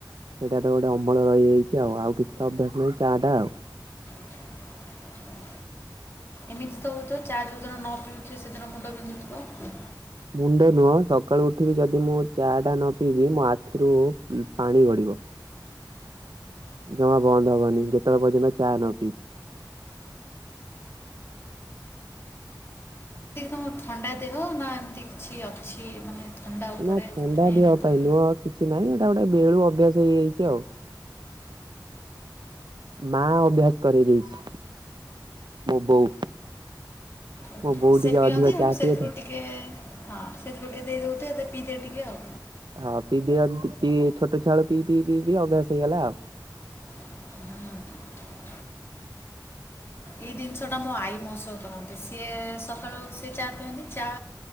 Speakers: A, on the right; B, on the left.
A: ସେଇଟା ତ ଗୋଟେ ଅମଳ ରହିଯାଇଛି ଆଉ। ଆଉ କିଛି ତ ଅଭ୍ୟାସ ନାହିଁ ଚା ଟା ଆଉ।
B: <inaudible> ଏମିତି ତ ହଉଥିବ ଚା ଯଉଦିନ ନ ପିଉଥିବ ସେଦିନ ମୁଣ୍ଡ ବିନ୍ଧୁଥିବ?
A: ମୁଣ୍ଡ ନୁହଁ ସକାଳୁ ଉଠିବି ଯଦି ମୁଁ ଚା ଟା ନ ପିଇବି ମୋ ଆଖିରୁ ଉ ପାଣି ଗଡିବ। ଜମା ବନ୍ଦ ହବନି, ଯେତେବେଳେ ପର୍ଯ୍ୟନ୍ତ ଚା ନ ପିଇଚି।
B: ହ ଥଣ୍ଡା ଦେହ ନା ଏମିତି କିଛି ଅଛି ମାନେ ଥଣ୍ଡା ଉପରେ
A: ନା ଥଣ୍ଡା
B: ଯୋଉଥିପାଇଁ
A: ଦେହ
B: ଏମିତି
A: ପାଇଁ ନୁହ କିଛି ନାହିଁ ଏଇଟା ଗୋଟେ ବେଳୁ ଅଭ୍ୟାସ ହେଇଯାଇଚି ଆଉ। ମା ଅଭ୍ୟାସ କରେଇ ଦେଇଚି। ମୋ ବୋଉ।
B: ଓହୋ,
A: ମୋ ବୋଉ
B: ସେ
A: ଟିକେ
B: ପିଅନ୍ତି
A: ଅଧିକ ଚା
B: ସେଥିରୁ
A: ପିଏ ତ।
B: ଟିକେ ହଁ ସେଥିରୁ ଟିକେ ଦେଇ ଦଉଥିବେ ପିଇଦେ ଟିକେ ଆଉ।
A: ହଁ ପିଇ ଦିଅନ୍ତି ପିଇ ଛୋଟଛୁଆ ବେଳୁ ପିଇ ପିଇ ପିଇି ଅଭ୍ୟାସ ହେଇଗଲା ଆଉ।
B: <inaudible> ଏଇ ଜିନିଷ ଟା ମୋ ଆଈ ମୋ ସହ କରନ୍ତି। ସିଏ ସକାଳୁ ସିଏ ଚା ପିଅନ୍ତି ଚା